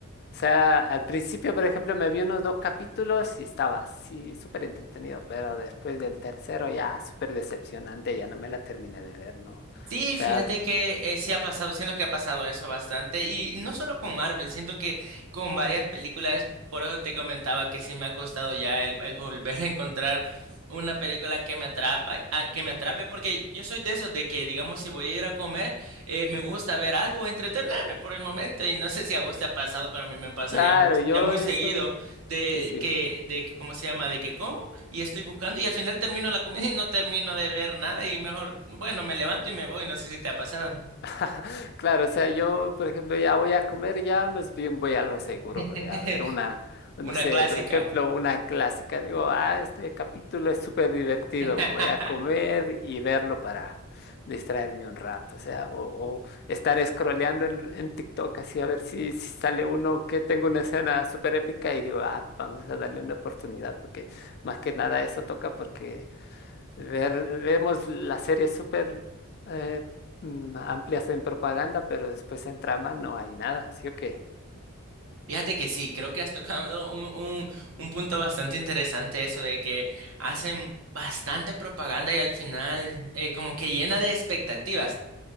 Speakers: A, on the left (about 50°); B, on the right (about 80°).
A: O sea, al principio, por ejemplo, me vi unos dos capítulos y estaba así, súper entretenido, pero después del tercero ya súper decepcionante, ya no me la terminé de ver, ¿no? O
B: Sí,
A: sea,
B: fíjate que eh, sí ha pasado, siento que ha pasado eso bastante y no solo con Marvel, siento que con varias películas, por eso te comentaba que sí me ha costado ya el, el volver <laughs> a encontrar una película que me atrapa, a- que me atrape, porque yo soy de esos de que, digamos, si voy a ir a comer, eh, me gusta ver algo, entretenerme por el momento y no sé si a vos te ha pasado, pero a mí me pasa
A: claro,
B: ya muy,
A: yo
B: ya muy
A: eso,
B: seguido de
A: sí, sí.
B: que, de que, ¿cómo se llama? De que como y estoy buscando y al final termino la comida y no termino de ver nada y mejor, bueno, me levanto y me voy, no sé si te ha pasado.
A: <laughs> Claro, o sea, yo, por ejemplo, ya voy a comer, ya más bien voy a lo seguro,
B: <laughs>
A: ve, a ver una, no
B: Una
A: sé,
B: clásica.
A: por ejemplo, una clásica. Digo, ah, este capítulo es súper divertido,
B: <laughs>
A: voy a comer y verlo para distraerme un rato, o sea, o, o estar scrolleando en, en TikTok así a ver si, si sale uno que tengo una escena súper épica y digo, ah, vamos a darle una oportunidad, porque más que nada eso toca porque... Ver- vemos las series súper eh, mm, amplias en propaganda, pero después en trama no hay nada, ¿sí o qué?
B: Fíjate
A: Eh,
B: que sí, creo que has tocado un, un, un punto bastante interesante eso de que hacen bastante propaganda y al final eh, como que llena de expectativas.